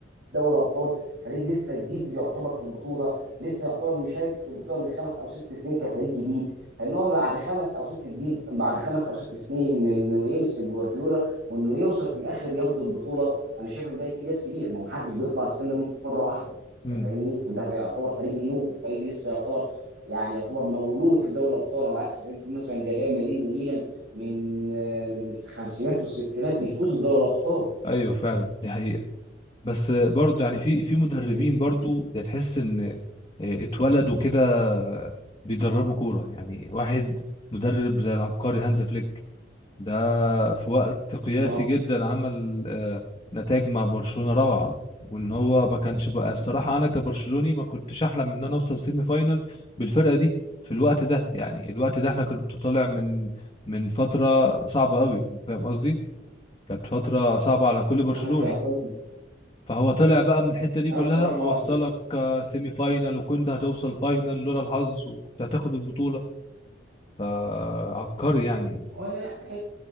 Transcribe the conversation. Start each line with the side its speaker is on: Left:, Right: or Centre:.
Right: دوري ابطال فريق لسه جديد يعتبر في البطوله لسه يعتبر مشارك في البطوله من خمس او ست سنين كفريق جديد فان هو بعد خمس او ست جديد بعد خمس او ست سنين من انه يمسك جوارديولا وانه يوصل في الاخر ياخد البطوله انا شايف ان ده انجاز كبير ما محدش بيطلع السلم مره واحده انت
Left: امم
Right: فاهمني وده يعتبر فريق نيو فريق لسه يعتبر يعني يعتبر مولود في دوري الابطال على عكس فريق مثلا زي ريال مدريد وميلان من آه، من الخمسينات والستينات بيفوزوا بدوري الابطال
Left: ايوه فعلا دي حقيقة بس برضو يعني في في مدربين
Right: انت فاهمني
Left: برضو تحس ان آه، اتولدوا كده بيدربوا كورة يعني واحد مدرب زي العبقري هانز فليك ده في وقت قياسي
Right: اه
Left: جدا عمل آه، نتائج مع برشلونة روعة وان هو ما كانش بقى الصراحة انا كبرشلوني ما كنتش احلم ان انا اوصل سيمي فاينال بالفرقة دي في الوقت ده يعني الوقت ده احنا كنت طالع من من فترة صعبة قوي فاهم قصدي كانت فترة صعبة على كل برشلوني
Right: انا فاهم قصدك.
Left: فهو طلع بقى من الحتة دي
Right: انا
Left: كلها
Right: بصراحه
Left: ووصلك آه، سيمي فاينال وكنت هتوصل فاينال لولا الحظ وكنت هتاخد البطولة فعبقري يعني
Right: هو أنا